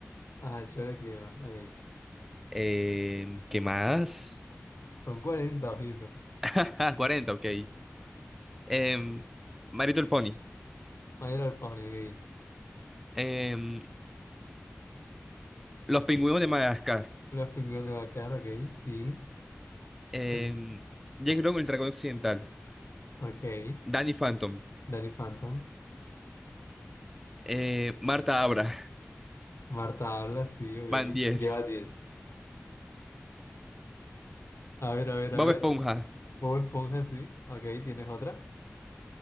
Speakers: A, on the left; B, in the centre.
A: Ajá, el show de Cleveland, ok.
B: Eh, ¿qué más?
A: Son cuarenta ojito.
B: <laughs> Cuarenta, 40, ok. Em, My Little Pony.
A: Mayor al Pony, ok.
B: Em, Los Pingüinos de Madagascar.
A: Los pingüinos de Bacar, ok, sí.
B: Em,
A: Son,
B: Jack Long, el Dragón Occidental.
A: ok.
B: Danny Phantom.
A: Danny Phantom.
B: Eh, Marta Abra.
A: Marta habla, sí,
B: <laughs>
A: ok.
B: Van 10.
A: Lleva diez, A ver, a ver,
B: Bob
A: a ver.
B: Esponja.
A: Bob Esponja, sí. Ok, ¿tienes otra?